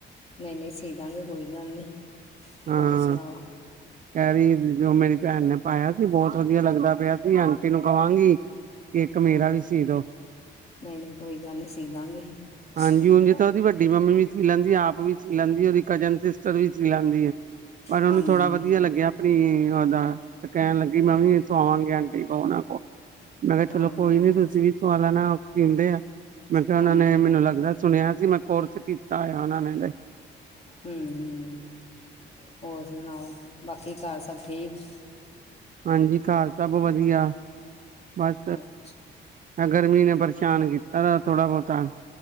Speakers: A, on the left; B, on the right.
A: ਨਹੀਂ-ਨਹੀਂ ਸੀ ਦਾਂਗੇ ਕੋਈ ਗੱਲ ਨੀ।
B: ਹਾਂ
A: ਹੋਰ ਸੁਣਾਓ?
B: ਕਹਿ ਰਹੀ ਜੋ ਮੇਰੀ ਭੈਣ ਨੇ ਪਾਇਆ ਸੀ ਬਹੁਤ ਵਧੀਆ ਲੱਗਦਾ ਪਿਆ ਸੀ ਆਂਟੀ ਨੂੰ ਕਵਾਂਗੀ ਇੱਕ ਮੇਰਾ
A: ਹਾਂਜੀ
B: ਵੀ ਸੀ ਸੀਦੋ
A: ਨਹੀਂ ਨਹੀਂ ਕੋਈ ਗੱਲ ਨਹੀਂ ਸੀ ਦਾਂਗੇ
B: ਹਾਂਜੀ ਹਜੀ
A: ਹੋਰ
B: ਤਾਂ ਉਹਦੀ ਵ ਸਾਡੀ ਮੰਮੀ ਵੀ ਸੀ ਲੈਂਦੀ ਆ। ਆਪ ਵੀ ਸ ਲੈਂਦੀ ਆ ਉਹਦੀ ਕਜਨ ਸਿਸਟਰ ਵੀ ਸੀ ਲੈਂਦੀ ਹੈ। ਪਰ ਉਹਨੂੰ
A: ਹਾਂਜੀ
B: ਥੋੜਾ ਬ ਲੱਗਿਆ ਆਪਣੀ ਉਹਦਾ। ਤੇ ਕਹਿਣ ਲੱਗੀ ਮੈਂ
A: ਹਾਂ
B: ਵੀ ਇਥੋਂ ਆਵਾਂਗੇ ਆਂਟੀ ਕੋ ਉਹਨਾਂ ਕੋਲ ਮੈਂ ਕਿਹਾ
A: ਹਾਂ
B: ਚਲੋ ਕੋਈ
A: ਹਾਂ
B: ਨੀ ਤੁਸੀਂ ਵੀ। ਸਵਾਲਾਂ ਨਾ ਸੀਂਦੇ ਆ ਮੈਂ ਕਿਹਾ
A: ਹਾਂਜੀ
B: ਉਹ ਨੇ ਮੈਨੂੰ ਲੱਗਦਾ ਸੁਣਿਆ ਸੀ ਮੈਂ ਕੋਰਸ ਕੀਤਾ ਹੋਇਆ ਉਹਨਾਂ ਨੇ।
A: ਹਮ- ਹਮ ਹੋਰ ਸੁਣਾਓ ਬਾਕੀ ਘਰ ਸਭ ਠੀਕ।
B: ਹਾਂਜੀ, ਘਰ ਸਭ ਵਧੀਆ ਬਸ।
A: ਅੱਛਾ
B: ਗਰਮੀ ਨੇ ਪਰੇਸ਼ਾਨ ਕੀਤਾ ਤ ਥੋੜਾ ਬਹੁਤਾ